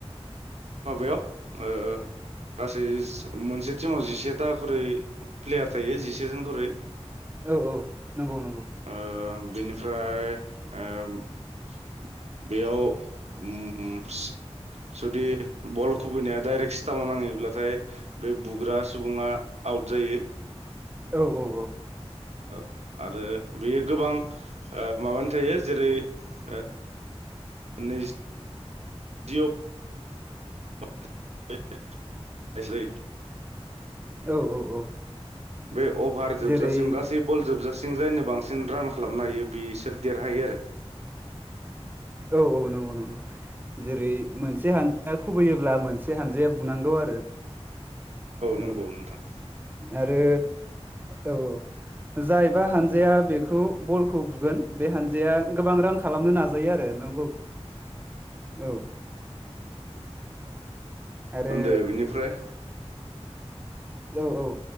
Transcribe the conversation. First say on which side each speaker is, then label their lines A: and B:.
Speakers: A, on the right; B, on the right.
A: माबायाव ओ गासै मोनसे टिमाव जिसेथा खरै प्लेयार थायो जिसे जन खरै।
B: औ औ। नंगौ नंगौ
A: ओ बिनिफ्राय ओ बेयाव उ जुदि बल खुबैनाया डाइरेक्ट स्टामाव नाङैब्लाथाय बै बुग्रा सुबुङा आउट जायो।
B: औ औ औ।
A: औ आरो बेयो गोबां माबानि थायो जेरै ओ नैजि <unintelligible> गासै
B: औ औ औ।
A: बे अभार जोबजासिम
B: जेरै
A: गासै बल जोबजासिम जायनो बांसिन रान खालामनो हायो बिसोर देरहायो आरो।
B: औ औ नंगौ नंगौ जेरै मोनसे हान खुबैयोब्ला मोनसे हानजाया बुनांगौ आरो
A: नंगौ
B: औ।
A: नोंथां
B: आरो औ औ जायबा हानजाया बेखौ बलखौ बुगोन बे हानजाया गोबां रान खालामनो नाजायो आरो नंगौ। औ। आरो
A: ओनदो बिनिफ्राय
B: औ औ